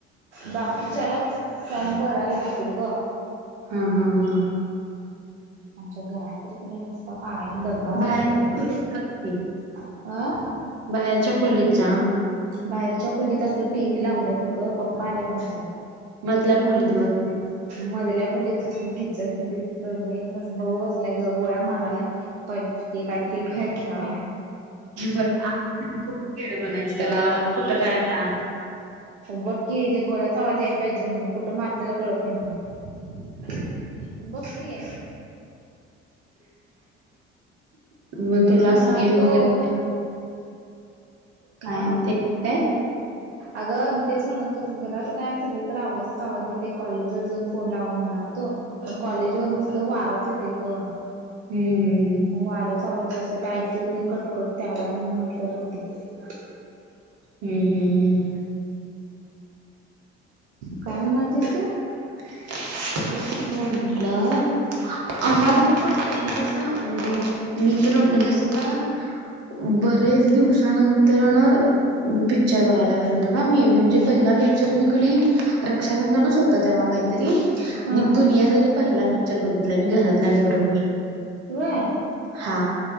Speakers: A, on the right; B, on the right.
A: बाकीच्याला <inaudible> फम भरायला लागतील ग.
B: हा. हा. हा.
A: आमच्या घरात तरी <inaudible> कणी नसत कायम दंगाच
B: बाहेर
A: असतो <inaudible> लोक
B: खोलीत
A: अह
B: बाहेरच्या खोलीत जा
A: बाहेरच्या खोलीत अगं टीव्ही लावल्यात गं पप्पा आल्यात आमचं
B: मधल्या खोलीत वरती
A: मधल्या खोलीत किचन मध्ये बहीण भाऊ बसलाय ग गोळ्या मारालाय पण ते काय फ्री फायर खेळावं आहे
B: आ ख म्हणायचं त्याला आवाज कुठं काय आता
A: बघ की ज्या गोळ्याचा आवाज याला पाहिजे म्हण कुठं मारतायला कळत नाही म्हणून बस की ये. आता
B: मग
A: तेच
B: तुला
A: म्हणाल
B: अस गेम
A: तो
B: वगैरे
A: हा
B: काय ते काय?
A: अगं तेच म्हणातो घरात काय सगळीकडे आवाजचा आवाज येते कॉलेजवर जाऊन. फोन लाव म्हणालतो पण कॉलेज वर नुसतं वाराच येतंय ग
B: हम्म
A: मग वाऱ्याचा आवाज जास्त ते ऐकू येत नाही कटकट ते आवाज म्हणून म्हटलं जाऊ दे
B: हम्म हम्म हम्म.
A: काय म्हणाल तीस तू
B: <unintelligible> तेच मी म्हटलं आम्हाला पण जस म्हणजे मि तर्र म्हणजे असं का बरेच दिवसानंतर न पिक्चर बघायला गेलतो ना मी म्हणजे पहिला पिच चरमिकली रक्षाबंधनच होत तेव्हा काहीतरी आणि
A: हा
B: दुनियादारी पहिला पिक्चर बघितला मी घरातल्यांबरोबर
A: व्हय
B: हा